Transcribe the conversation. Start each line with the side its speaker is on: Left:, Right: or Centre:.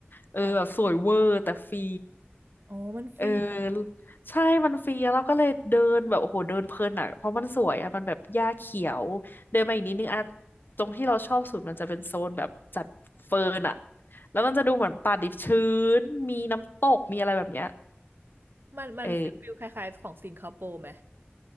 Left: เออแบบสวยเวอร์แต่ฟรี
Right: อ่ะอ๋อมันฟรี
Left: เออใช่มันฟรีแล้วเราก็เลยเดินแบบโอ้โหเดินเพลินอ่ะเพราะมันสวยอ่ะมันแบบหญ้าเขียวเดินมาอีกนิดนึงอ่ะตรงที่เราชอบสุดมันจะเป็นโซนแบบจัดเฟิร์นอ่ะแล้วมันจะดูเหมือนป่าดิบชื้นมีน้ำตกมีอะไรแบบเนี้ย
Right: มันมันฟิลฟิลคล้ายๆของสิงคโปร์ไหม
Left: เออ